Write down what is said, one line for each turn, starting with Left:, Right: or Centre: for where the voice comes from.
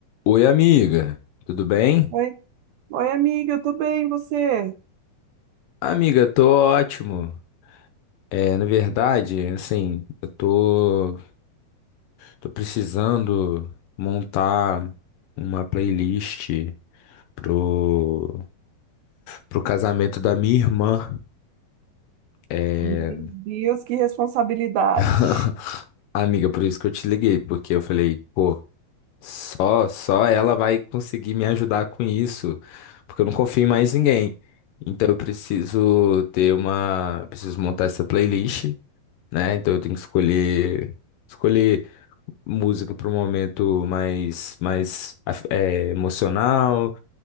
Left: Oi, amiga, tudo bem?
Right: Oi, oi, amiga, eu tô bem, e você?
Left: Amiga, tô ótimo. É, na verdade, assim, eu tô, tô precisando montar uma playlist pro, pro casamento da minha irmã. É...
Right: Meu Deus, que responsabilidade.
Left: <laughs> Amiga, por isso que eu te liguei, porque eu falei, pô, Só, só ela vai conseguir me ajudar com isso, porque eu não confio em mais ninguém. Então eu preciso ter uma, preciso montar essa playlist, né? Então eu tenho que escolher, escolher música para um momento mais, mais af- eh, emocional,